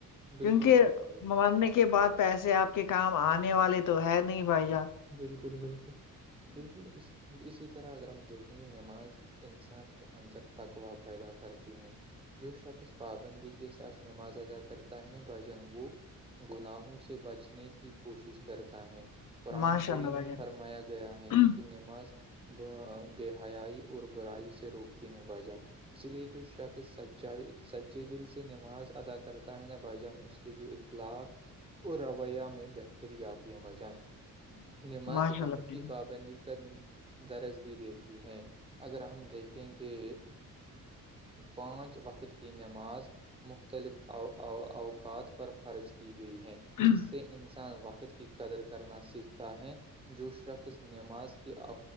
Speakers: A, on the right; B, on the left.
A: بالکل
B: کیونکہ
A: بھائی جان بالکل
B: مارنے کے بعد پیسے آپ کے کام آنے والے تو ہے نہیں بھائی جان
A: بالکل بالکل بالکل اس اسی طرح اگر ہم دیکھیں گے نماز انسان کے اندر تکوا پیدا کرتی ہیں جو شخص پابندی کے ساتھ نماز ادا کرتا ہے نا بھ جان وہ گناہوں سے بچ کی کوشش کرتا ہے قرآن
B: ماشاء
A: کریم
B: اللہ بھائی
A: میں فرمایا گیا گیا
B: جان
A: ہے ان کی نماز بے حیائی اور برائی سے روکتی ہے بھجن اسی لیے جو شخص سچائی سچے دل سے نماز ادا کرتا ہے ن بھائی جان اس جو اخلاق اور رویہ میں بہتری آتی ہے بجن نماز
B: ماشاء
A: وقت
B: اللہ بھائی
A: کی پابندی درج بھی دیتی ہے اگر ہم دیکھیں گے پانچ وقت کی نماز مختلف ا اوقات پر فرض کی گئی ہیں
B: جان
A: اس سے انسان وقت کی قدر کرنا سیکھ ت ہے جو شخص نماز کی